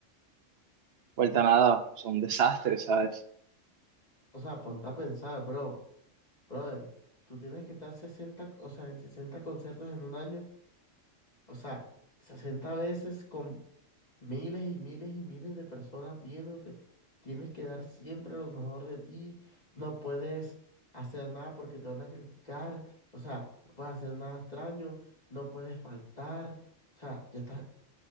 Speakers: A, on the right; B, on the left.
A: vuelta a nada, son desastres, ¿sabes?
B: O sea, ponte a pensar, bro. Brother, tú tienes que estar 60, o sea, en 60 conciertos en un año O sea, 60 veces con miles y miles y miles de personas viéndote, tienes que dar siempre lo mejor de ti, no puedes hacer nada porque te van a criticar, o sea, no puedes hacer nada extraño, no puedes faltar, o sea, ya está,